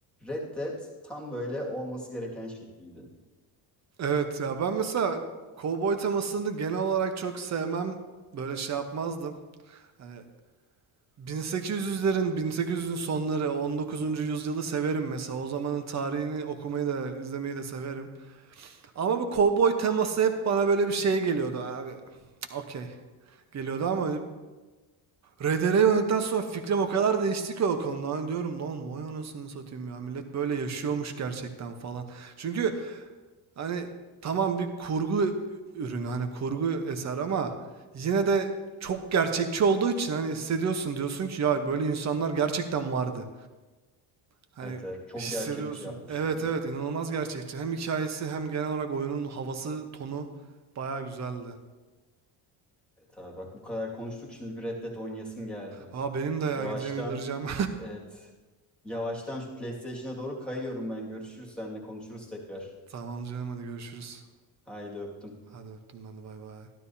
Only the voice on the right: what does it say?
Evet ya ben mesela kovboy temasını genel olarak çok sevmem. Böyle şey yapmazdım. Hani 1800'lerin, 1800'ün sonları, 19. yüzyılı severim mesela. O zamanın tarihini okumayı da, izlemeyi de severim. Ama bu kovboy teması hep bana böyle bir şey geliyordu abi. Cık, Okey. Geliyordu ama RDR'yi oynadıktan sonra fikrim o kadar değişti ki o konuda. Hani diyorum lan vay anasını satayım ya. Millet böyle yaşıyormuş gerçekten falan. Çünkü Hani tamam bir kurgu ürünü hani kurgu eser ama yine de çok gerçekçi olduğu için hani hissediyorsun diyorsun ki ya böyle insanlar gerçekten vardı. Hani
hissediyorsun.
Evet
evet
inanılmaz gerçekçi. Hem hikayesi hem genel olarak oyunun havası, tonu bayağı güzeldi.
Aa benim de ya
gideceğim indireceğim.
<laughs> Tamam canım hadi görüşürüz.
Hadi öptüm ben de bay bay.